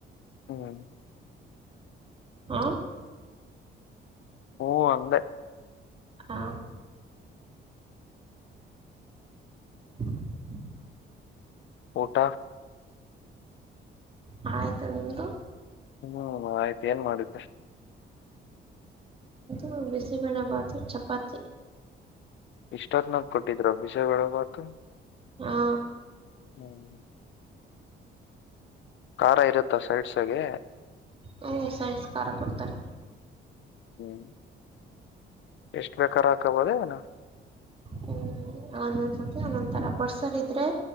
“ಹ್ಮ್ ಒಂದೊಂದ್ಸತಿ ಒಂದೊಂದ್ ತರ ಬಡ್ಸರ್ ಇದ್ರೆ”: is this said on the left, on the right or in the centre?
Right